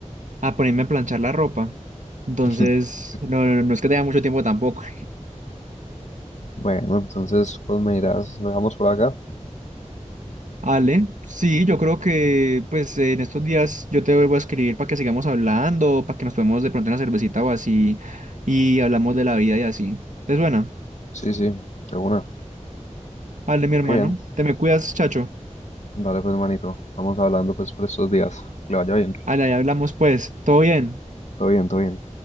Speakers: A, on the right; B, on the left.
A: a ponerme a planchar la ropa. Entonces,
B: <laughs>
A: no, no no es que tenga mucho tiempo tampoco.
B: Bueno, entonces, pues me dirás, ¿lo dejamos por acá?
A: Ale, sí, yo creo que pues en estos días yo te vuelvo a escribir para que sigamos hablando, para que nos tomemos de pronto una cervecita o así y hablamos de la vida y así. Entonces, bueno,
B: Sí, sí, de una.
A: Ale, mi hermano,
B: Muy bien.
A: te me cuidas, chacho.
B: Dale, pues, manito. Estamos hablando, pues, por estos días. Que le vaya bien.
A: Ale, ahí hablamos pues, todo bien.
B: Todo bien, todo bien.